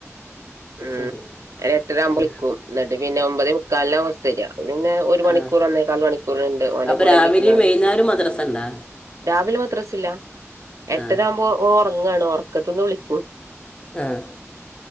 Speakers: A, on the right; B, on the left.
A: ഉം
B: ശരി
A: ഒരു എട്ടര ആകുമ്പോൾ
B: ഉം.
A: വിളിക്കും എന്നിട്ട് പിന്നെ ഒമ്പതേ മുക്കാലിന് അവസ്ഥക്ക പിന്നെ ഒരു മണിക്കൂർ
B: ആ
A: ഒന്നേകാൽ മണിക്കൂറുണ്ട് അവടെ
B: അപ്പോൾ
A: കൂടേ
B: രാവിലെയും
A: വീട്ടിലാണ്
B: വൈകുന്നേരവും മദ്രസ ഉണ്ടോ
A: രാവിലെ മദ്രസില്ല എട്ടര
B: ആ
A: ആവുമ്പോ ഓ ഉറങ്ങാണ് ഉറക്കത്ത്ന്ന് വിളിക്കും
B: ആഹ്